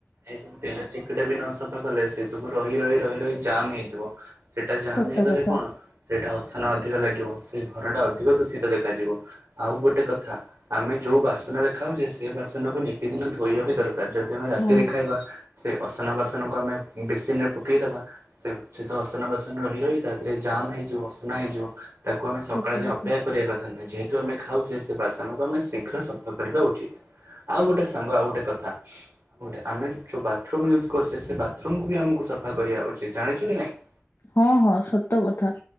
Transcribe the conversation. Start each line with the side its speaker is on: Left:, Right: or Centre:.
Right: ଏଇ ସବୁ ତେଲ ଚିକିଟା ବି ନ ସଫା କଲେ ସେ ସବୁ ରହି ରହି ରହି ରହି ଜାମ୍ ହେଇଯିବ। ସେଇଟା ଜାମ୍
Left: ସତ
Right: ହେଇଗଲେ
Left: କଥା
Right: କଣ ସେଟା ଅସନା ଅଧିକ ଲାଗିବ ସେ ଘରଟା ଅଧିକ ଦୂଷିତ ଦେଖାଯିବ। ଆଉ ଗୋଟେ କଥା ଆମେ ଯୋଉ ବାସନରେ ଖାଉଛେ ସେ ବାସନକୁ ନିତିଦିନ ଧୋ ଧୋଇବା ବି ଦରକାର ଯଦି ଆମେ ରାତିରେ
Left: ହଁ
Right: ଖାଇବା ସେ ଅସନା ବାସନକୁ ଆମେ ବେସିନ ରେ ପକେଇଦବା ସେ ସେ ତ ଅସନା ବାସନ ରହି ରହି ତାଧିଏରେ ଜାମ୍ ହେଇଯିବ ଅସନା ହେଇଯିବ ତାକୁ ଆମେ ସକାଳେ
Left: ସତ
Right: ଯାଏ
Left: କଥା।
Right: ଅପେକ୍ଷା କରିବା କଥା ନୁହେଁ ଯେ ଯେହେତୁ ଆମେ ଖାଉଛେ ସେ ବାସନକୁ ଆମେ ଶୀଘ୍ର ସଫା କରିବା ଉଚିତ ଆଉ ଗୋଟେ ସାଙ୍ଗ ଆଉ ଗୋଟେ କଥା ଗୋଟେ ଆମେ ଯୋଉ ବାଥରୁମ ୟୁଜ୍ କରୁଛେ ସେ ବାଥରୁମକୁ ବି ଆମକୁ ସଫା କରିବା ଉଚିତ୍ ଜାଣିଛୁ କି ନାଇଁ?
Left: ହଁ ହଁ ସତ କଥା।